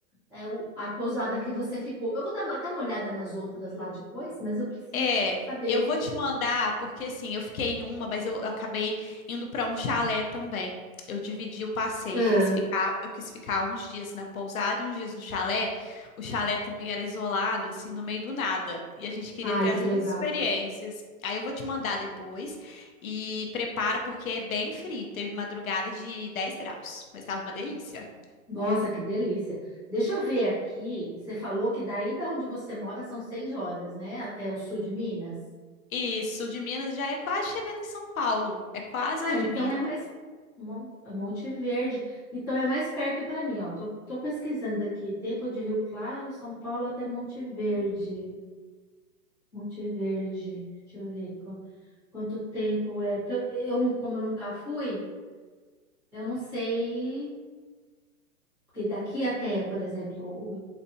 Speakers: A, in the centre; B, on the left.
A: é, o- a pousada que você ficou. Eu vou dar até uma olhada nas outras lá depois, mas eu preciso
B: É,
A: saber.
B: eu vou te mandar, porque assim, eu fiquei em uma, mas eu, eu acabei indo para um chalé também. Eu dividi o passeio,
A: Ah,
B: quis ficar, eu quis ficar uns dias na pousada e uns dias no chalé. O chalé também era isolado, assim, no meio do nada. E a gente queria
A: ai,
B: ter as
A: que
B: duas
A: legal.
B: experiências. Aí eu vou te mandar depois e prepara porque é bem frio. Teve madrugada de 10 graus, mas estava uma delícia.
A: Nossa, que delícia. Deixa eu ver aqui. Você falou que daí da onde você mora são seis horas, né? Até o sul de Minas.
B: E sul de Minas já é quase chegando em São Paulo, é quase
A: Ah,
B: na divisa.
A: então é mais Mon- Monte Verde. Então é mais perto para mim, ó. Tô, tô pesquisando aqui. Tempo de Rio Claro, São Paulo até Monte Verde. Monte Verde. Deixa eu ver qu- quanto tempo é. Porque eu, eu não, como eu nunca fui, eu não sei. Porque daqui até, por exemplo,